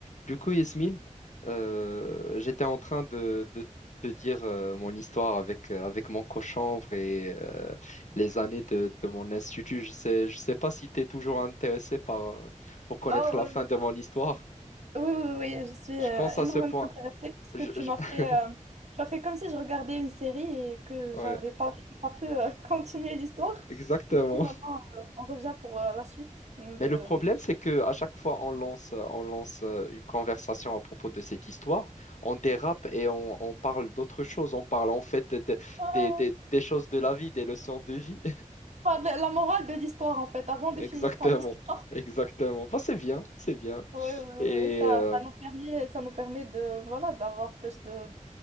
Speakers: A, on the left; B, on the right.
A: Du coup, Yasmine, euh, j'étais en train de, de te dire euh, mon histoire avec, euh, avec mon cochonvre et euh, les années de, de mon institut. Je sais, je sais pas si tu es toujours intéressé par, euh, pour connaître
B: Oh,
A: la
B: oui,
A: fin
B: oui,
A: de mon histoire.
B: oui, oui, oui, je suis euh,
A: Je pense
B: énormément
A: à ce point.
B: intéressée parce que
A: Je-
B: tu
A: je-
B: m'as
A: <laughs>
B: fait, euh, tu as fait comme si je regardais une série et que
A: Ouais,
B: j'avais pas, j'ai pas pu euh, <laughs> continuer l'histoire.
A: exactement.
B: Du coup, maintenant, euh, on revient pour euh, la suite de,
A: Mais le problème,
B: de-
A: c'est que à chaque fois on lance, euh, on lance euh, une conversation à propos de cette histoire, on dérape et on, on parle d'autres choses. On parle en fait de-
B: Ouais.
A: des des- des choses de la vie, des leçons de vie.
B: Enfin, de la la morale de l'histoire, en fait, avant de
A: Exactement,
B: finir ton histoire.
A: exactement.
B: <laughs>
A: Bah, c'est bien, c'est bien.
B: Oui, oui,
A: Et
B: oui, ça,
A: euh,
B: ça nous permet, ça nous permet de, voilà, d'avoir plus de,